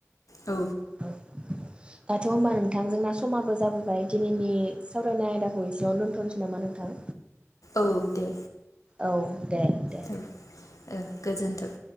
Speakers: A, on the left (about 80°); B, on the right (about 20°).
A: औ
B: औ दाथ' होनबा नोंथां जोंना समाबो जाबोबाय दिनैनि सावरायनाय आयदाखौ एसेयाव दोनथ'नोसै नामा नोंथां?
A: औ दे।
B: औ। दे दे।
A: औ गोजोन्थों।